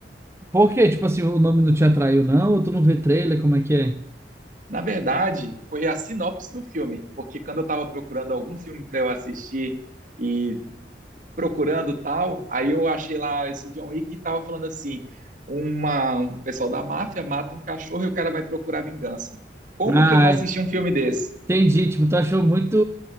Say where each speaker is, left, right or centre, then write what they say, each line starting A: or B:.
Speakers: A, on the right (about 15°); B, on the right (about 45°).
A: Por quê? Tipo assim, o nome não te atraiu, não? Ou tu não vê trailer? Como é que é?
B: Na verdade, foi a sinopse do filme, porque quando eu estava procurando algum filme para eu assistir e procurando tal. Aí eu achei lá esse John Wick e tava falando assim: uma, um pessoal da máfia mata um cachorro e o cara vai procurar vingança. Como
A: Ah,
B: que eu vou assistir
A: é.
B: um filme desse?
A: entendi. Tipo, tu achou muito,